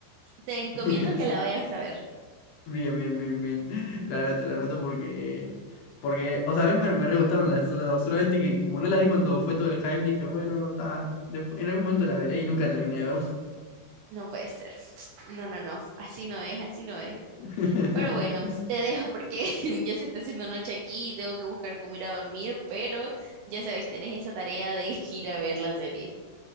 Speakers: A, on the right; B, on the left.
A: te encomiendo
B: <laughs>
A: que la vayas a ver.
B: Bien, bien, bien, bien. <laughs> La anoto, la anoto porque, porque, o sea, a mí me, me re gustaron las otras dos, solamente que como no las vi cuando fue todo el hype, dije, bueno, está, después, en algún momento las veré y nunca terminé de verlo.
A: No puede ser. No, no, no, así no es, así no es.
B: <laughs>
A: Pero bueno, te dejo porque <laughs> ya se está haciendo noche aquí y tengo que buscar cómo ir a dormir, pero ya sabes, tenés esa tarea de <laughs> ir a ver la serie.